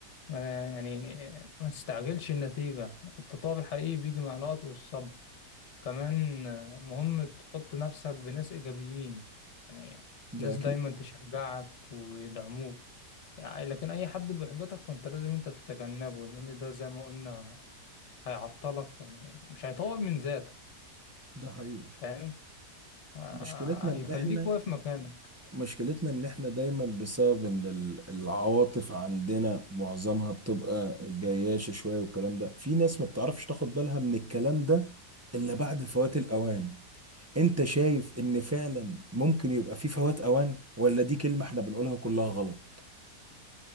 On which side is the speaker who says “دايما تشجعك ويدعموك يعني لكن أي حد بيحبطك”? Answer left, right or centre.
Left